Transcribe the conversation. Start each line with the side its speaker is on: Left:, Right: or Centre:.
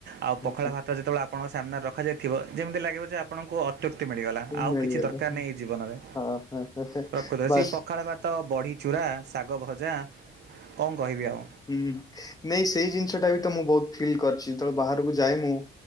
Right: ଆଉ ପଖାଳ
Left: ହଁ।
Right: ଭାତ ତ ଯେତେବେଳେ ଆପଣଙ୍କ ସାମ୍ନାରେ ରଖାଯାଇଥିବ। ଯେମିତି ଲାଗିବ ଯେ ଆପଣଙ୍କୁ ତ୍ୟୁକ୍ତି ମିଳିଗଲା
Left: ମିଳିଗଲା
Right: ଆଉ କିଛି ଦରକାର ନାହିଁ ଏଇ ଜୀବନରେ
Left: ହଁ ହଁ ହଁ
Right: ପ୍ରକୃତ
Left: ବାସ୍
Right: ସେ ପଖାଳ ଭା ତ ବଢ଼ି ଚୂରା, ଶାଗ ଭଜା କଣ କହିବି ଆଉ।
Left: ହଁ! ନାଇଁ ସେଇ ଜିନିଷ ଟା ବି ତ ମୁଁ ବହୁତ ଫିଲ୍ କରିଛି। ଯେତେବେଳେ ବାହାରକୁ ଯାଏ ମୁଁ